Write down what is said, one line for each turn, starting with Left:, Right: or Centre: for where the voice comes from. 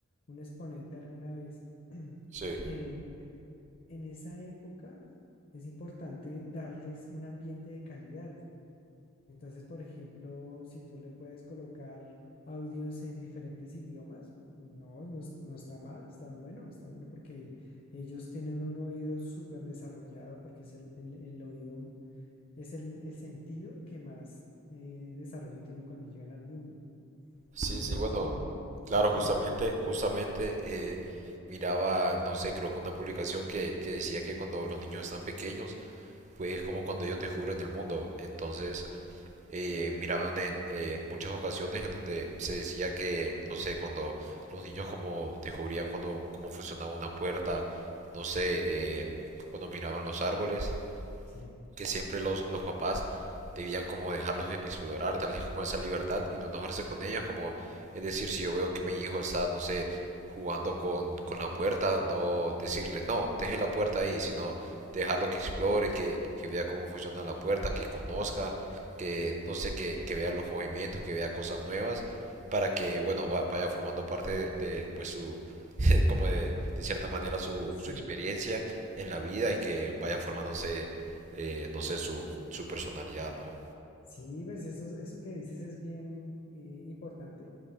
Left: un exponente alguna vez <clears throat>
Right: Sí,
Left: que en esa época es importante darles un ambiente de calidad. Entonces, por ejemplo, si tú le puedes colocar audios en diferentes idiomas, no, no, es- no está mal, está bueno, está bueno porque ellos tienen un oído súper desarrollado porque es el, el- el oído, es el, el sentido que más eh, desarrollo tiene cuando llegan al mundo.
Right: sí,
Left: Tú
Right: sí,
Left: sabes
Right: bueno,
Left: que
Right: claro, justamente,
Left: Dime.
Right: justamente eh, miraba, no sé, creo que una publicación que, que decía que cuando los niños están pequeños, pues es como cuando ellos descubren el mundo, entonces eh, miraban en eh, muchas ocasiones en donde se decía que, no sé, cuando los niños como descubrían cuando, cómo funcionaba una puerta, no sé, eh, cuando miraban los árboles,
Left: Sí,
Right: que siempre los, los papás debían como dejarlos e, explorar, darles como esa libertad y no enojarse con ellos, como es decir, si yo veo que mi hijo está, no sé, jugando con, con la puerta, no decirle, no, deje la puerta ahí, sino dejarlo que explore, que, que vea cómo funciona la puerta, que conozca, que no sé, que, que vea los movimientos, que vea cosas nuevas, para que, bueno, vaya formando parte de, de, pues su, <laughs> como de, de cierta manera su,
Left: sí,
Right: su experiencia en la vida y que vaya formándose eh, no sé, su, su personalidad, ¿no?
Left: sí, ves, eso, eso que dices es bien eh, importante